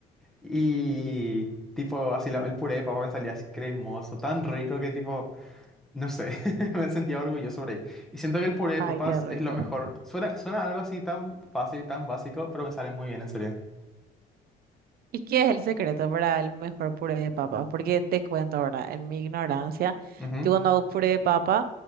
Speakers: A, in the centre; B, on the right.
A: Y tipo, así la- el puré de papa me salía así cremoso, tan rico que tipo, no sé, <laughs> me sentía orgulloso por ahí. Y siento que el puré de
B: ay,
A: papas
B: qué rico.
A: es lo mejor. Suena, suena algo así tan fácil, tan básico, pero me sale muy bien, en serio.
B: ¿Y qué es el secreto para el mejor puré de papa? Porque te cuento ahora, en mi ignorancia,
A: Ujú,
B: yo cuando hago puré de papa,